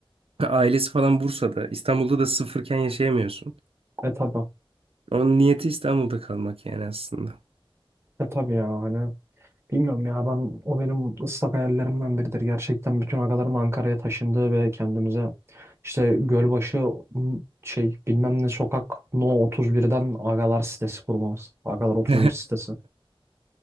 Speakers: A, on the right (about 80°); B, on the right (about 25°).
A: Ailesi falan Bursa'da. İstanbul'da da sıfırken yaşayamıyorsun.
B: E tabi.
A: Onun niyeti İstanbul'da kalmak yani aslında.
B: E tabi ya hani. Bilmiyorum ya ben o benim ıslak hayallerimden biridir. Gerçekten bütün agalarım Ankara'ya taşındı ve kendimize işte Gölbaşı m, şey bilmem ne sokak No 31'den agalar sitesi kurmamız. Agalar
A: <laughs>
B: 31 sitesi.